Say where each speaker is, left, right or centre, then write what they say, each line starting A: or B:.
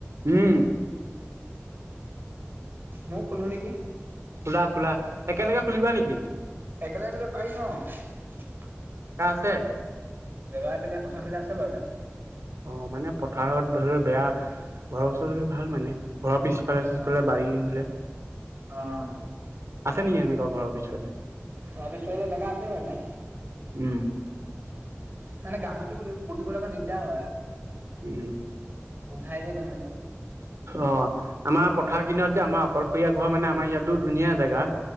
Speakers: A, on the right; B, on the right.
A: উম।
B: মই খোলো নেকি।
A: খোলা খোলা একেলগে খুলিবা নেকি?
B: একেলগে খুলিব পাৰি ন।
A: ছ <unintelligible>
B: জেগাই পেলাই পথাৰ পেলাই আছে ব এটা।
A: অ মানে পথাৰত ধৰি লও বেয়া ঘৰৰ ওচৰ হলে ভাল মানে। ঘৰৰ পিছফালে চিছফালে
B: অ'
A: বাৰি হলে
B: অ'
A: আছে নেকি এনেকুৱা ঘৰৰ পিছফালে?
B: খোৱা বিচৰা জেগা আছে বাৰু এটা।
A: উম।
B: মানে গাহৰিটো পুহিবলৈ অকণ দিগদাৰ হয়।
A: উম।
B: খাই জে গাহৰি টো।
A: অ আমাৰ পথাৰ কিনাৰত যে আমাৰ অকলশৰীয়া ঘৰ মানে আমাৰ ইয়াতো ধুনীয়া জেগা।